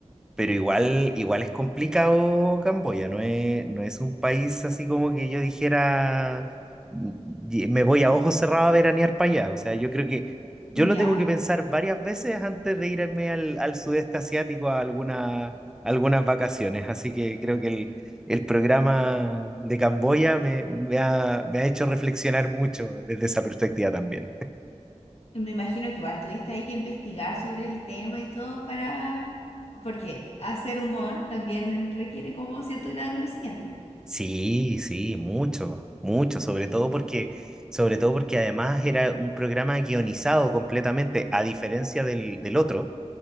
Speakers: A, in the centre; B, on the left.
A: Pero igual, igual es complicado Camboya, no es, no es un país así como que yo dijera, "Mm, y- me voy a ojos cerrados a veranear para allá. O sea, yo creo que yo
B: ya.
A: lo tengo que pensar varias veces antes de irme al, al sudeste asiático a alguna, algunas vacaciones. Así que creo que el, el programa de Camboya me, me ha, me ha hecho reflexionar mucho desde esa perspectiva también.
B: Me imagino que igual tuviste ahí que investigar sobre el tema y todo para... Porque hacer humor también requiere como cierto grado de conocimiento.
A: Sí, sí, mucho, mucho, sobre todo porque, sobre todo porque además era un programa guionizado completamente, a diferencia del, del otro,